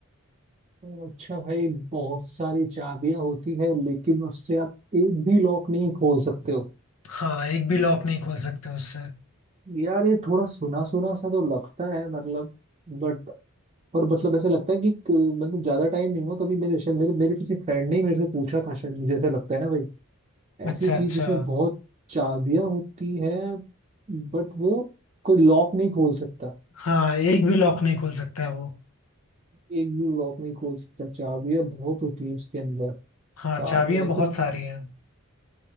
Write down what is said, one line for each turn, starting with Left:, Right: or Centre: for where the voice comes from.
Right: अच्छा भाई बहुत सारी चाबियां होती है लेकिन उससे आप एक भी लॉक नहीं खोल सकते हो
Left: हाँ एक भी लॉक नहीं खोल सकते उससे
Right: यार ये थोड़ा सुना सुना सा तो लगता है मतलब बट और मतलब ऐसे लगता है कि क- मतलब ज्यादा टाइम नहीं हुआ कभी मेरे शायद मेरे मेरे किसी फ्रेंड ने ही मेरे से पूछा था शायद मुझे ऐसा लगता है ना भाई ऐसी
Left: अच्छा
Right: चीज
Left: अच्छा
Right: जिसमें बहुत चाबियां होती है बट वो कोई लॉक नहीं खोल सकता
Left: हाँ एक भी लॉक नहीं खोल सकता है वो
Right: एक भी लॉक नहीं खोल सकता चाबियां बहुत होती है उसके अंदर
Left: हाँ
Right: चाबियां
Left: चाबियां
Right: ऐसी
Left: बहुत सारी हैं